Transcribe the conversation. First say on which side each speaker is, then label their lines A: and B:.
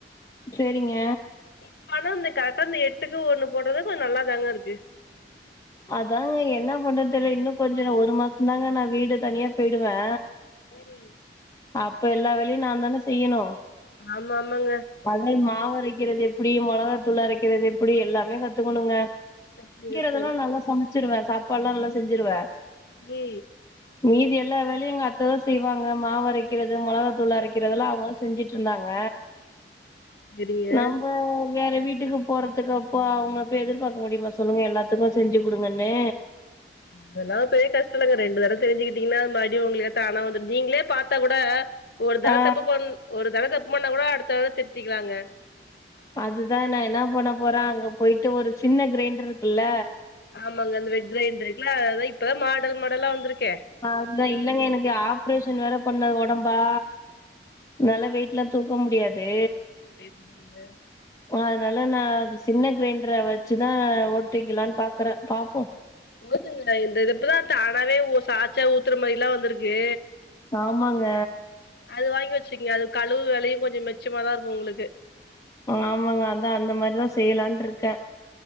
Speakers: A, on the left (about 20°); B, on the left (about 60°).
A: சேரிங்க
B: இப்ப ஆனா அந்த கரெக்ட்டா இந்த எட்டுக்கு ஒண்ணு போட்டாதா கொஞ்சோ நல்லாதாங்க இருக்கு
A: அதாங்க என்ன பண்றது தெர்ல இன்னு கொஞ்சோ ஒரு மாச தாங்க நா வீடு தனியா பேய்டுவே
B: ம்
A: அப்ப எல்லா வேலயு நா தான செய்யணு
B: ஆமாமாங்க
A: அத மாவு அரைக்கிறது எப்டி மொளகா தூள் அரைக்கறது எப்படி எல்லாமே கத்துக்கணுங்க
B: <unintelligible>
A: அதுலா நல்லா சமச்சிருவே சாப்பாட்ல்லா நல்லா செஞ்சிருவே
B: வி
A: மீதி எல்லா வேலையு எங்க அத்ததா செய்வாங்க மாவு அரைக்கிறது மொளகா தூள் அரைக்கிறதுல்லா அவுங்கதா செஞ்சுட்ருந்தாங்க
B: செரிங்க
A: நம்ம வேற வீட்டுக்கு போறதுக்கு அப்ப அவுங்க இப்ப எதிர்பாக்க முடியுமா சொல்லுங்க எல்லா த்துக்கு செஞ்சு குடுங்கன்ணு
B: அதெல்லா பெரியே கஷ்ட இல்லங்க ரெண்டு தர தெரிஞ்சுட்டீங்னா அது மறுடியு உங்களுக்கு தானா வந்துரு நீங்களே பாத்தா கூட ஒரு தட
A: ஆ
B: தப்பு பண் ஒரு தட தப்பு பண்ணா கூட அடுத்த திருத்திக்லாங்க
A: அதுதா நான் என்ன பண்ண போறே அங்க போயிட்டு ஒரு சின்ன கிரைண்டர் இருக்குல்ல
B: ஆமாங்க அந்த வெட் கிரைண்ட்ரு இருக்குல அதா இப்பதா மாடல் மாடல்லா வந்துருக்கே
A: அதா இல்லங்க எனக்கு ஆப்ரேஷன் வேற பண்ண ஒடம்பா என்னால வெயிட்லா தூக்க முடியாது
B: தேடுனீங்க
A: அதனால நா விஸ் சின்ன கிரைண்டர வச்சுதா ஓட்டிக்கலான் பாக்றே பாப்போ
B: போதுங்க இந்த இது இப்பதா தானாவே ஓ சாச்சா ஊத்ற மாரில்லா வந்துருக்கு
A: ஆமாங்க
B: அது வாங்கி வச்சுக்கங்க அது கழுவு வேலையு கொஞ்சோ மிச்சமா தா இருக்கு உங்களுக்கு
A: ஆமாங்க அதா அந்த மாரிதா செய்யலான் ருக்கே